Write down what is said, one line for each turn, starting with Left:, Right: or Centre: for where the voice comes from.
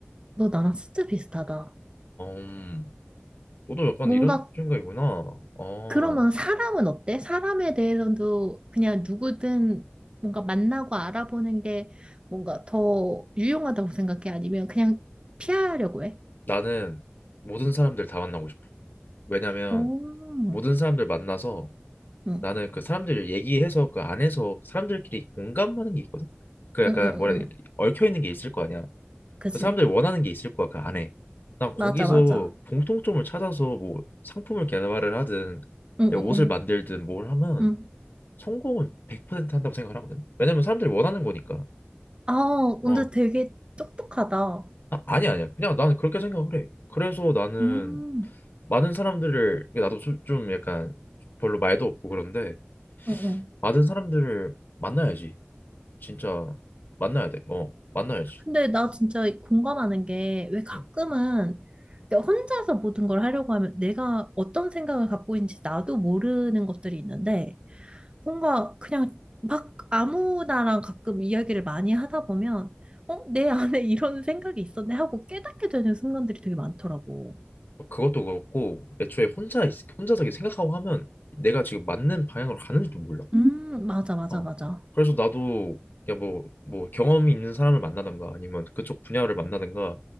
Right: 너 나랑 진짜 비슷하다.
Left: 음, 너도 약간
Right: 뭔가
Left: 이런 생각이구나. 어,
Right: 그러면 사람은 어때? 사람에 대해서도 그냥 누구든 뭔가 만나고 알아보는 게 뭔가 더 유용하다고 생각해? 아니면 그냥 피하려고 해?
Left: 나는 모든 사람들 다 만나고 싶어. 왜냐면
Right: 오, 응,
Left: 모든 사람들 만나서
Right: 응,
Left: 나는 그 사람들 얘기해서 그 안에서 사람들끼리 공감하는 게 있거든. 그 약간
Right: 응, 응.
Left: 뭐라
Right: 응.
Left: 해야 되 얽혀 있는 게 있을 거 아니야.
Right: 그지?
Left: 그 사람들이 원하는 게 있을 거야 그 안에 난 거기서
Right: 맞아, 맞아.
Left: 공통점을 찾아서 뭐 상품을 개발을 하든
Right: 응,
Left: 내 옷을
Right: 응, 응.
Left: 만들든 뭘 하면
Right: 응.
Left: 성공은 100% 한다고 생각을 하거든 왜냐면 사람들이 원하는 거니까
Right: 아, 근데
Left: 어
Right: 되게 똑똑하다.
Left: 아, 아니 아니야 그냥 나는 그렇게 생각을 해 그래서 나는
Right: 음,
Left: 많은 사람들을 이게 나도 수- 좀 약간 별로 말도 없고 그런데
Right: 응, 응.
Left: 많은 사람들을 만나야지 진짜 만나야 돼어 만나야지
Right: 근데 나 진짜 공감하는 게 왜 가끔은
Left: 응.
Right: 내가 혼자서 모든 걸 하려고 하면 내가 어떤 생각을 갖고 있는지 나도 모르는 것들이 있는데 뭔가 그냥 막 아무나랑 가끔 이야기를 많이 하다 보면 어, 내 안에 <laughs> 이런 생각이 있었네 하고 깨닫게 되는 순간들이 되게 많더라고.
Left: 어, 그것도 그렇고 애초에 혼자 있- 혼자 저기 생각하고 하면 내가 지금 맞는 방향으로 가는지도 몰라.
Right: 음, 맞아, 맞아,
Left: 어.
Right: 맞아.
Left: 그래서 나도 야 뭐 뭐 경험이 있는 사람을 만나든가 아니면 그쪽 분야를 만나든가